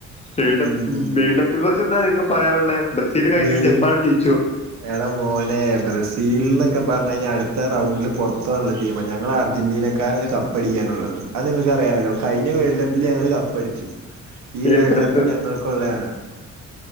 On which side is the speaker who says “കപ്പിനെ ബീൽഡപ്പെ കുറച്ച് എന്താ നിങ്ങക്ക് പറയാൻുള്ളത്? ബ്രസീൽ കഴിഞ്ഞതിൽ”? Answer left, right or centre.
Left